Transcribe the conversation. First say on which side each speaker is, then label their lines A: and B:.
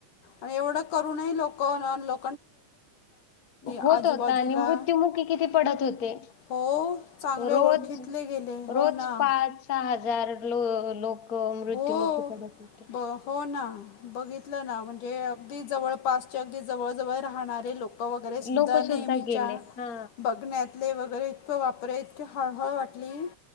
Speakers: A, on the left; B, on the left.
A: आणि एवढ करूनही लोक ना लो
B: होत
A: आजूबाजूला
B: होता. आणि मृत्युमुखी किती पडत होते.
A: हो चांगले ओळखीतले
B: रोज,
A: गेले हो
B: रोज
A: ना
B: पाच सहा हजार लो लोक, मृत्युमुखी
A: हो
B: पडत होते.
A: ब हो ना. बघितलं ना. म्हणजे अगदी जवळपासचे. अगदी जवळजवळ राहणारे लोक वगैरे सुद्धा
B: लोक
A: नेहमीच्या,
B: गेले हा
A: बघण्यात ले वगैरे. इतकं बापरे इतक हळहळ वाटली.